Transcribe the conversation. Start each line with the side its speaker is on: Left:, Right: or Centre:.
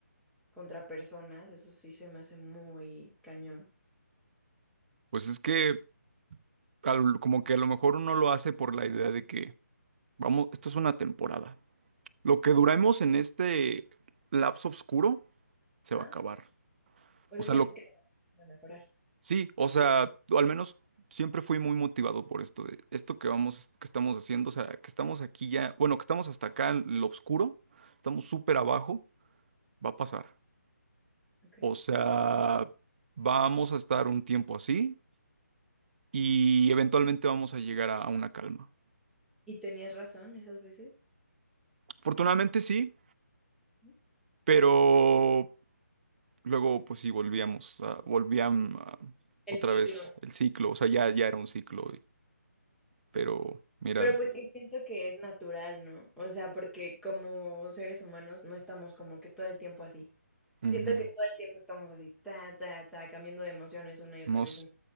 Centre: contra personas, eso sí se me hace muy cañón.
Right: Pues es que al- como que a lo mejor uno lo hace por la idea de que, vamos, esto es una temporada. Lo que duramos en este lapso oscuro se
Centre: ¿Ah?
Right: va a acabar.
Centre: O sea,
Right: O sea,
Centre: sientes
Right: lo
Centre: que va a mejorar.
Right: Sí, o sea, al menos siempre fui muy motivado por esto de esto que vamos, que estamos haciendo, o sea, que estamos aquí ya, bueno, que estamos hasta acá en lo oscuro, estamos súper abajo, va a pasar.
Centre: Ok.
Right: O sea, vamos a estar un tiempo así y eventualmente vamos a llegar a, a una calma.
Centre: ¿Y tenías razón esas veces?
Right: Afortunadamente sí,
Centre: Ujú.
Right: pero luego pues sí volvíamos, a, volvían a-
Centre: El
Right: otra
Centre: ciclo,
Right: vez el ciclo, o sea, ya, ya era un ciclo, pero mira,
Centre: Pero pues que siento que es natural, ¿no? O sea, porque como seres humanos no estamos como que todo el tiempo así.
Right: ujú,
Centre: Siento que todo el tiempo estamos así, ta, ta, ta, cambiando de emociones una y otra
Right: no
Centre: vez. una-